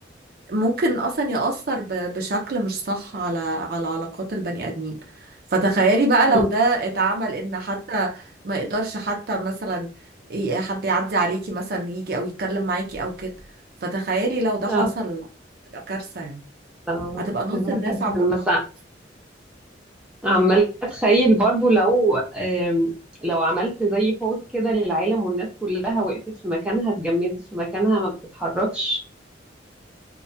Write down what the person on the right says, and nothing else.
ممكن اصلا يأثر ب- بشكل مش صح على على علاقات البني ادمين فتخيلي بقى
لو ده اتعمل ان حتى ما يقدرش حتى مثلا ي- حد يعدي عليكي مثلا يجي او يتكلم معاكي او كده فتخيلي لو ده
حصل تبقى كارثة يعني
هتبقى نص
الناس
عاملة
بلوك